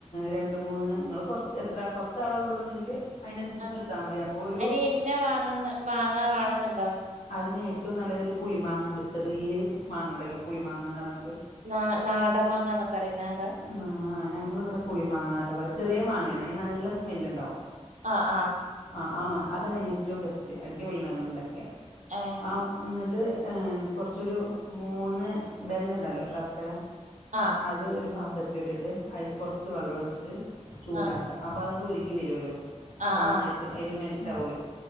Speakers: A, on the left (about 75°); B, on the right (about 80°).
A: രണ്ട് മൂന്ന് നിങ്ങൾ കൊറച്ച് എത്ര കൊറച്ചാളള്ളൂ എന്നുണ്ടെങ്കില് അതിനനുസരിച്ചടുത്താ
B: ആഹ്
A: മതി അപ്പൊ ഒരു
B: അയിന് ഇന്ന മാങ്ങന്ന് മാങ്ങ വേണെന്നുണ്ടോ
A: അതിന് ഏറ്റവും നല്ലതൊരു പുളി മാങ്ങ ഉണ്ട് ചെറിയൊരു മാങ്ങ ഉണ്ടല്ലോ പുളി മാങ്ങന്ന് പറഞ്ഞിട്ട്
B: ന നാടമാങ്ങന്നൊക്കെ അറിയുന്ന അതാ
A: ആ ഞങ്ങള് ഇവിടെ പുളി മാങ്ങാന്നട്ട പറയണെചെറിയ മാങ്ങയാണ്അതിന് നല്ല സ്മെല്ല് ഉണ്ടാവും
B: ആഹ് ആഹ്
A: ആഹ് ആഹ് അമാങ്ങ അതാണ് ഏറ്റവും ബെസ്റ്റ് അടിപൊളിയാണ് അതുകൊണ്ട് ഉണ്ടാക്കിയ
B: ആഹ്
A: ആ എന്നിട്ട് കുറച്ചൊരു മൂന്ന് ബെല്ലണ്ടല്ലോ ശർക്കര
B: ആഹ്
A: അത് ഒരു പാത്രത്തിലിട്ടിട്ട് അതി കുറച്ച് വെള്ളമൊഴിച്ചിട്ട് ചൂടാക്കും
B: ആഹ്
A: അപ്പൊ അതങ്ങട്ട് ഉരുകി വരുവല്ലോ
B: ആഹ്
A: നന്നായിട്ട്
B: ആഹ് ആഹ് ആഹ്
A: അതില് മെൽറ്റ്
B: ഉം
A: ആകുമല്ലോ